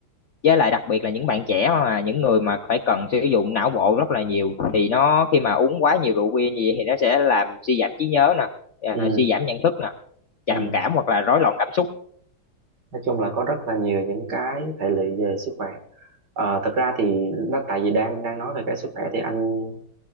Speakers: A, on the left; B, on the right.
A: với lại đặc biệt là những bạn trẻ mà những người mà phải cần sử dụng não bộ rất là nhiều thì nó khi mà uống quá nhiều rượu bia như vậy thì nó sẽ làm suy giảm trí nhớ nè à,
B: ừ,
A: suy giảm nhận thức nè trầm
B: ừ.
A: cảm hoặc là rối loạn cảm xúc
B: nói chung là có rất là nhiều những cái hệ lụy về sức khỏe Ờ, thật ra thì nó tại vì đang đang nói về cái sức khỏe thì anh